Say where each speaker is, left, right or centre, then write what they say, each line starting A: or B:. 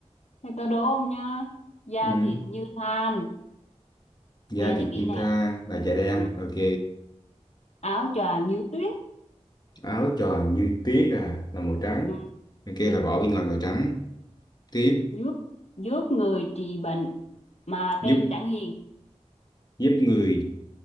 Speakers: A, on the left; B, on the left.
A: Thì tôi đố ông nha. Da
B: Ừ.
A: thịt như than,
B: Da
A: nghe
B: thịt
A: cho kỹ
B: như
A: nè.
B: tha là da đen,
A: Ừ.
B: ok.
A: Áo choàng như tuyết,
B: Áo tròn như tuyết à, là màu trắng.
A: ừ.
B: Ok, là vỏ bên ngoài màu trắng. Tiếp,
A: giúp giúp người trị bệnh mà
B: giúp
A: tên chẳng hiền.
B: giúp người